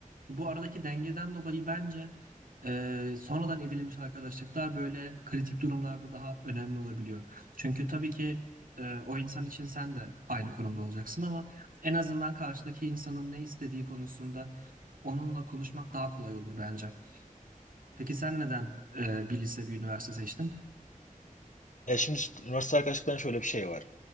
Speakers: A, on the right (about 80°); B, on the left (about 65°).
A: Bu aradaki dengeden dolayı bence e, sonradan edinilmiş arkadaşlıklar böyle kritik durumlarda daha önemli olabiliyor. Çünkü tabii ki e, o insan için sen de aynı konumda olacaksın ama en azından karşıdaki insanın ne istediği konusunda Onunla konuşmak daha kolay olur bence. Peki sen neden e, bir lise bir üniversite seçtin?
B: Ya şimdi işte üniversite arkadaşlıklarında şöyle bir şey var.